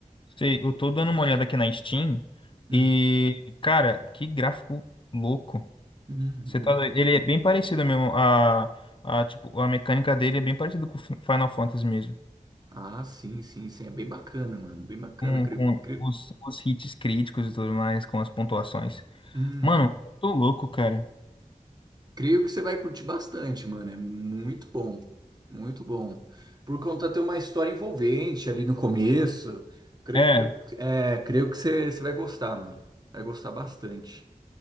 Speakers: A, on the left; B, on the right.
A: Sei, eu tô dando uma olhada aqui na Steam
B: Hum.
A: e, cara, que gráfico louco.
B: Uhum.
A: Você tá, ele é bem parecido mesmo, a, a, tipo, a mecânica dele é bem parecida com o Fi- Final Fantasy mesmo.
B: Ah, sim, sim, sim. É bem bacana, mano. Bem bacana.
A: Com,
B: Creio,
A: com
B: creio...
A: os, os hits críticos e tudo mais, com as pontuações.
B: Uhum.
A: Mano, eu tô louco, cara.
B: Creio que você vai curtir bastante, mano. É muito bom. Muito bom. Por conta ter uma história envolvente ali no começo. Creio,
A: É,
B: creio, é, creio que você, você vai gostar, mano. Vai gostar bastante.